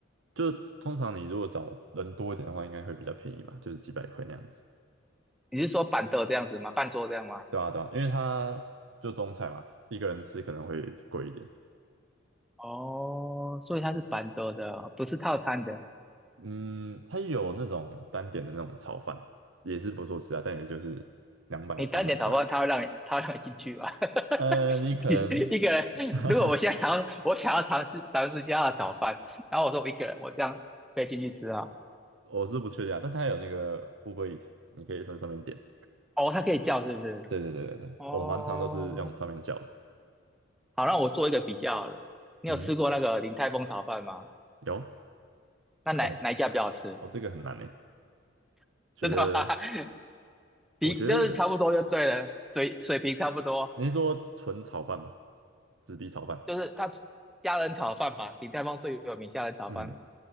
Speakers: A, on the right; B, in the centre.
A: 就是通常你如果找人多一点的话，应该会比较便宜嘛，就是几百块那样子。
B: 你是说板凳这样子吗？半桌这样吗？
A: 对啊，对啊，因为它就中菜嘛，一个人吃可能会贵一点。
B: 哦，所以它是板凳的，不是套餐的。
A: 嗯，它有那种单点的那种炒饭，也是不错吃啊，但也就是两百三百块。
B: 你单点炒饭，它会让你它会让你进去吗？<laughs>
A: 呃，你可能，
B: 一个人，
A: <laughs>
B: 如果我现在想要我想要尝试尝试一下它的炒饭，然后我说我一个人，我这样可以进去吃啊？
A: 我是不确定啊，但它有那个 Uber Eat，你可以在上面点。
B: 哦，它可以叫是不是？
A: 对对对对对，
B: 哦，
A: 我蛮常都是用上面叫的。
B: 好，那我做一个比较好了你有吃过那个鼎泰丰炒饭吗？
A: 嗯，有
B: 那哪哪一家比较好吃？
A: 哦，哦，这个很难呢，觉得，
B: 真的吗？<laughs> 比就是差不多就对了，
A: 我觉得
B: 水水平差不多。
A: 你是说纯炒饭吗？纸皮炒饭？
B: 就是它虾仁炒饭吧，鼎泰丰最有名虾仁炒饭。
A: 嗯，